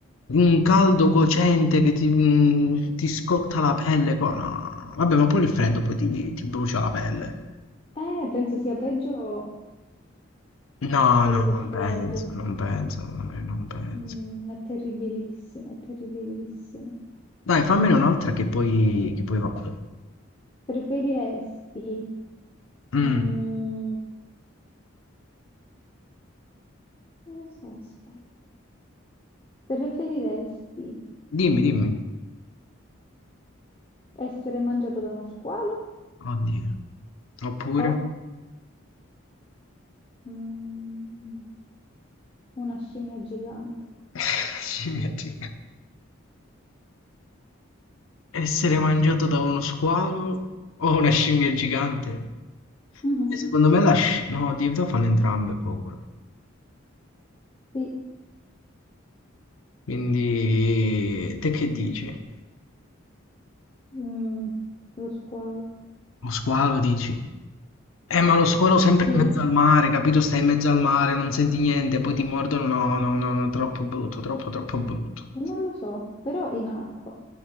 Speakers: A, on the left; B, on the left.
A: Un caldo cocente che ti, mm, ti scotta la pelle. co- No, vabbè, ma pure il freddo poi ti, ti brucia la pelle.
B: Eh, penso sia peggio
A: No,
B: quello
A: no,
B: del
A: non
B: freddo.
A: penso, non penso, eh, non penso.
B: Mm, è terribilissimo, è terribilissimo.
A: Dai, fammene un'altra che poi, che poi vado.
B: Preferiresti,
A: Mm,
B: mm, non lo so, aspetta. Preferiresti
A: dimmi, dimmi.
B: essere mangiato da uno squalo
A: Oddio. Oppure
B: o, mm, una scimmia gigante?
A: <laughs> Scimmia gigante. essere mangiato da uno squalo o una scimmia gigante?
B: Mhm,
A: E secondo me la sci... No, di verità fanno entrambe paura.
B: Sì.
A: Quindi, te che dici?
B: Mm, lo squalo.
A: Lo squalo dici? Eh, ma lo squalo sempre
B: Sì,
A: in mezzo al mare, capito? Stai in mezzo al mare, non senti niente, poi ti mordono. No, no, no, no, troppo brutto, troppo, troppo brutto.
B: non lo so, però in acqua.